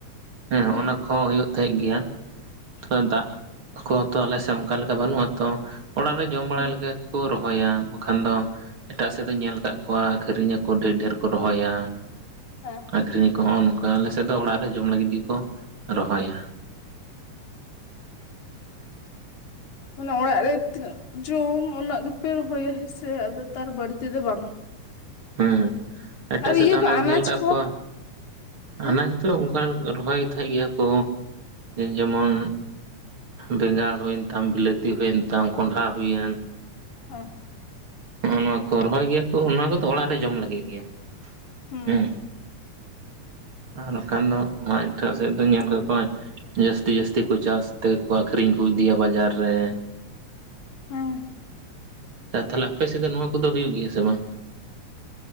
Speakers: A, on the right; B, on the left.
A: ᱦᱮᱸᱜ
B: ᱦᱩᱸ
A: ᱚᱱᱟ ᱠᱚᱦᱚᱸ ᱦᱩᱭᱩᱜ ᱛᱟᱦᱮᱸᱜ ᱜᱮᱭᱟ <unintelligible> ᱫᱟᱜ ᱠᱚ ᱛᱚ ᱟᱞᱮ ᱥᱮᱫ ᱚᱱᱠᱟ ᱞᱮᱠᱟ ᱵᱟᱹᱱᱩᱜᱼᱟ ᱛᱚ ᱚᱲᱟᱜ ᱨᱮ ᱡᱚᱢ ᱵᱟᱲᱟ
B: ᱦᱩᱸ ᱦᱮᱸ
A: ᱞᱮᱠᱟ ᱠᱚ ᱨᱚᱦᱚᱭᱟ ᱵᱟᱠᱷᱟᱱ ᱫᱚ ᱮᱴᱟᱜ ᱥᱮᱫ ᱫᱚᱧ ᱧᱮᱞ ᱟᱠᱟᱫ ᱠᱚᱣᱟ ᱟᱠᱟᱨᱤᱧ ᱟᱠᱚ ᱰᱷᱮᱨ ᱰᱷᱮᱨ ᱠᱚ ᱨᱚᱦᱚᱭᱟ᱾
B: ᱦᱮᱸ᱾
A: ᱟᱠᱷᱨᱤᱧ ᱟᱠᱚ ᱦᱚᱸᱜ ᱱᱚᱝᱠᱟ ᱟᱞᱮᱥᱮᱫ ᱫᱚ ᱚᱲᱟᱜ ᱨᱮ ᱡᱚᱢ ᱞᱟᱹᱜᱤᱫ ᱜᱮᱠᱚ ᱨᱚᱦᱚᱭᱟ᱾ <inaudible>
B: ᱦᱚᱞᱟ ᱚᱲᱟᱜ ᱨᱮ ᱛᱤᱱᱟᱹᱜ ᱡᱚᱢ ᱩᱱᱟᱹᱜ ᱜᱮᱯᱮ ᱨᱚᱦᱚᱭᱟ ᱦᱮᱸᱥᱮ ᱟᱫᱚ ᱛᱟᱨ ᱵᱟᱹᱲᱛᱤ ᱫᱚ ᱵᱟᱝ᱾
A: ᱦᱮᱸ ᱮᱴᱟᱜ
B: ᱟᱨ
A: ᱥᱮᱫ
B: ᱤᱭᱟᱹ
A: ᱫᱚ ᱦᱟᱱᱟᱧ
B: ᱠᱚ ᱟᱱᱟᱡ
A: ᱧᱮᱞ ᱠᱟᱜ
B: ᱠᱚ
A: ᱠᱚᱣᱟ ᱦᱟᱱᱟ
B: ᱦᱮᱸ
A: ᱡᱚᱛᱚ ᱚᱱᱠ ᱨᱚᱦᱚᱭ ᱛᱟᱦᱮᱸᱫ ᱜᱮᱭᱟ ᱠᱚ ᱡᱮᱢᱚᱱ ᱵᱮᱸᱜᱟᱲ ᱦᱩᱭᱮᱱ ᱛᱟᱢ, ᱵᱤᱞᱟᱹᱛᱤ ᱦᱩᱭᱮᱱ ᱛᱟᱢ, ᱠᱚᱸᱰᱷᱟ ᱦᱩᱭᱮᱱ
B: ᱦᱮᱸ᱾
A: ᱱᱚᱜᱚᱭ ᱱᱚᱣᱟ ᱠᱚ ᱨᱚᱦᱚᱭ ᱜᱮᱭᱟ ᱠᱚ ᱚᱱᱟ ᱠᱚᱫᱚ ᱚᱲᱟᱜ ᱨᱮ ᱡᱚᱢ ᱞᱟᱹᱜᱤᱫ ᱜᱮᱭᱟ
B: ᱦᱮᱸ
A: ᱦᱩᱸ᱾ ᱟᱨ ᱵᱟᱠᱷᱟᱱ ᱫᱚ ᱱᱚᱣᱟ ᱮᱴᱟᱜ ᱥᱮᱫ ᱫᱚᱧ ᱧᱮᱞ ᱠᱟᱜ ᱠᱚᱣᱟ ᱡᱟᱹᱥᱛᱤ ᱡᱟᱹᱥᱛᱤ ᱠᱚ ᱪᱟᱥ ᱛᱮᱠᱚ ᱟᱠᱷᱨᱤᱧ ᱠᱚ ᱤᱫᱤᱭᱟ ᱵᱟᱡᱟᱨ ᱨᱮ᱾
B: ᱦᱩᱸ <unintelligible>
A: ᱛᱟᱦᱞᱮ ᱟᱯᱮ ᱥᱮᱫ ᱫᱚ ᱱᱚᱣᱟ ᱠᱚᱫᱚ ᱦᱩᱭᱩᱜ ᱜᱮᱭᱟ ᱥᱮ ᱵᱟᱝ?